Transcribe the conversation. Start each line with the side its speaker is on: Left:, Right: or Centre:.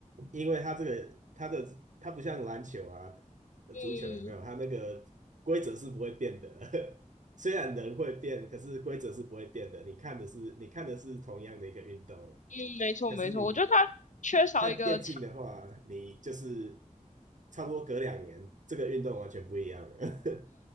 Right: 因为他这个他的他不像篮球啊、
Left: 用，
Right: 足球有没有？
Left: 嗯
Right: 他那个规则是不会变的，<laughs> 虽然人会变，可是规则是不会变的。你看的是你看的是同样的一个运动，
Left: 嗯，没错没错，
Right: 可是你
Left: 我觉得他缺少一个长，
Right: 看电竞的话，你就是差不多隔两年，这个运动完全不一样了。<laughs>